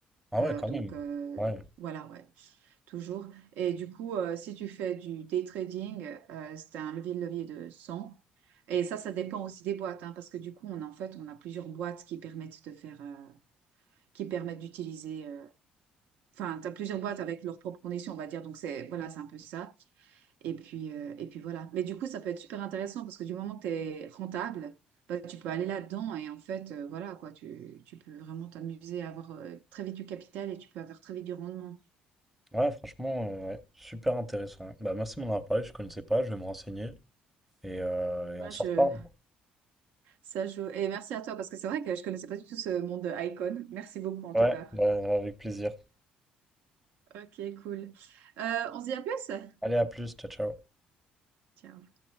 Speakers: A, in the centre; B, on the right (about 75°).
A: Ah
B: euh,
A: ouais, quand
B: donc
A: même.
B: euh,
A: Ouais,
B: voilà, ouais, toujours. Et du coup, euh, si tu fais du day trading, euh, c'est un levier de levier de 100. Et ça, ça dépend aussi des boîtes, hein, parce que du coup, on a, en fait, on a plusieurs boîtes qui permettent de faire. euh, qui permettent d'utiliser. euh, Enfin, tu as plusieurs boîtes avec leurs propres conditions, on va dire. Donc, c'est voilà, c'est un peu ça. Et puis, euh, et puis voilà. Mais du coup, ça peut être super intéressant parce que du moment que tu es rentable, bah, tu peux aller là-dedans et en fait, euh, voilà, quoi, tu, tu peux vraiment t'amuser à avoir euh, très vite du capital et tu peux avoir très vite du rendement.
A: ouais, franchement, euh, ouais. Super intéressant. Bah merci de m'en avoir parlé, je connaissais pas, je vais me renseigner et, euh, et
B: Moi,
A: on s'en
B: je,
A: reparle.
B: ça joue. Et merci à toi parce que c'est vrai que je connaissais pas du tout ce monde de Icon. Merci beaucoup en tout
A: Ouais,
B: cas.
A: bah, avec plaisir.
B: Ok, cool. Euh, on se dit à plus?
A: Allez, à plus, ciao, ciao.
B: Ciao.